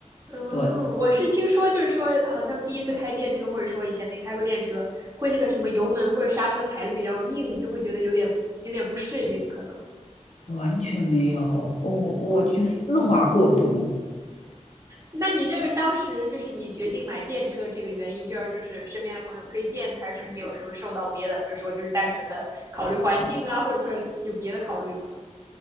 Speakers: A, on the right; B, on the left.
A: 嗯，
B: 对，
A: 我是听说，就是说，好像第一次开电车，或者说以前没开过电车，会那个什么油门或者刹车踩的比较硬，就会觉得有点有点不适应，可能。
B: 完全没有，我我去丝滑过度。
A: 哇，那你就是当时就是你决定买电车这个原因，就是就是身边的朋友推荐，还是说你有时候受到别的，比如说就是单纯的考虑环境啊，或者说有别的考虑吗？